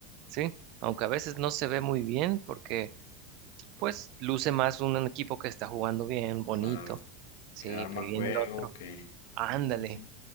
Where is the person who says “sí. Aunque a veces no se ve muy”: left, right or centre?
Right